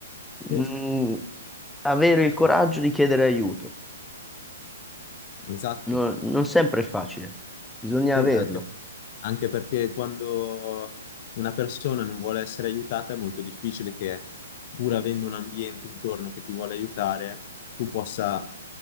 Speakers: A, on the left (about 45°); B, in the centre.
A: Sì,
B: Mm, avere il coraggio di chiedere aiuto.
A: esatto.
B: No- non sempre è facile, bisogna
A: Sì,
B: averlo.
A: anche, anche perché quando una persona non vuole essere aiutata è molto difficile che, pur avendo un ambiente intorno che ti vuole aiutare, tu possa